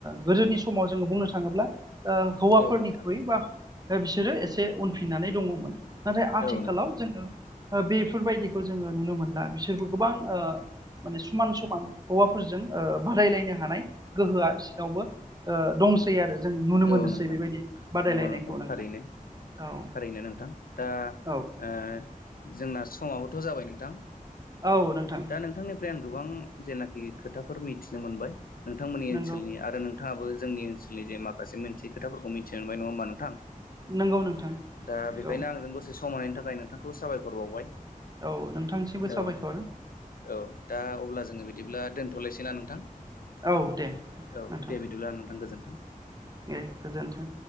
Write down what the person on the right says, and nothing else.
गोदोनि समाव जोङो बुंनो थाङोब्ला ओ हौवाफोरनिख्रुइ
बा बिसोरो एसे उनफिननानै दङ'मोन। नाथाय आथिखालाव
जोङो बेफोरबायदिखौ जोङो नुनो मोनला बिसोरबो गोबां ओ माने समान समान हौवाफोरजों ओ बादायलायनो हानाय। गोहोआ बिसिनावबो ओ दंसै आरो जों नुनो
मोनोसै
बेबायदि बादायलायनायखौ
नोंथां। औ
औ
औ नोंथां।
नंगौ
नंगौ नोंथां
औ
औ नोंथांनिसिमबो साबायखर।
औ दे
नोंथां
दे गोजोन्थों।